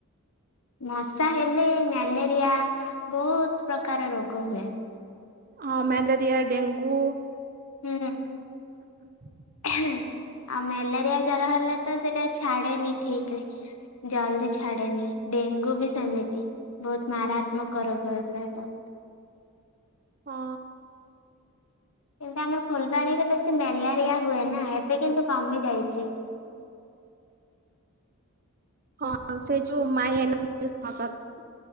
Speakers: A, on the left; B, on the right.
A: ମଶା ହେଲେ ମ୍ୟାଲେରିଆ ବହୁତ ପ୍ରକାର ରୋଗ ହୁଏ।
B: ହଁ ମ୍ୟାଲେରିଆ ଡେଙ୍ଗୁ।
A: ହୁଁ।
B: <inaudible>
A: ଆଉ ମ୍ୟାଲେରିଆ ଜର ହେଲେ ତ ସେଇଟା ଛାଡେନି ଠିକ ରେ। ଜଲଦି ଛାଡେନି ଡେଙ୍ଗୁ ବି ସେମିତି। ବହୁତ ମାରାତ୍ମକ ରୋଗ ଏଗୁରାକ।
B: ହଁ।
A: କିନ୍ତୁ ଆମେ ଫୁଲବାଣୀରେ ବେଶୀ ମ୍ୟାଲେରିଆ ହୁଏ ନା ଏବେ କିନ୍ତୁ କମି ଯାଇଛି।
B: ହଁ ସେ ଯୋଉ ମାଇ। <unintelligible>